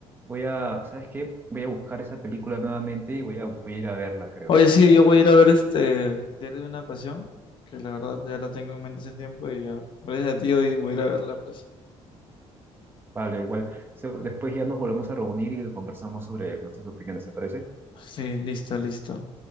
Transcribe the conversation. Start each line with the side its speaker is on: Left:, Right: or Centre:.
Right: Voy a, ¿sabes qué? Voy a buscar esa película nuevamente y voy a, voy a ir a verla, creo.
Left: Oye, sí, yo voy a ir a ver este Diario de una Pasión, que la verdad ya la tengo en mente hace tiempo y ya, gracias a ti hoy voy a ir a verla, pues.
Right: Vale, igual, se- después ya nos volvemos a reunir y conversamos sobre nuestras opiniones, ¿te parece?
Left: Sí, listo, listo.